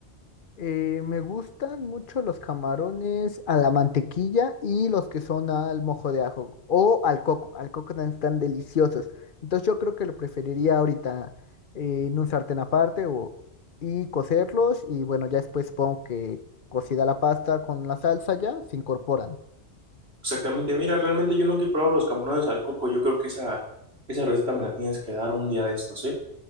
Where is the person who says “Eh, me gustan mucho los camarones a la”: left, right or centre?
Left